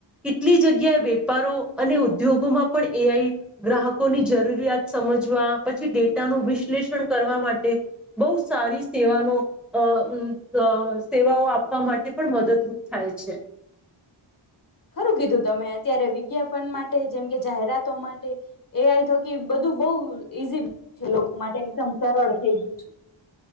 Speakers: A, in the centre; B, on the left.
A: કેટલી જગ્યાએ વેપારો અને ઉદ્યોગોમાં પણ એ આઈ ગ્રાહકોની જરૂરિયાત સમજવા પછી ડેટાનું વિશ્લેષણ કરવા માટે બહુ સારી સેવાનો અ ઉ લ સ. સેવાઓ આપવા માટે પણ મદદરૂપ થાય છે. છે.
B: ખરું કીધું તમે અત્યારે વિજ્ઞાપન માટે જેમ કે જાહેરાતો માટે એ આઈ થકી બધું બઉ ઈઝી છે લોકો માટે એકદમ સરળ થઈ ગયું છે.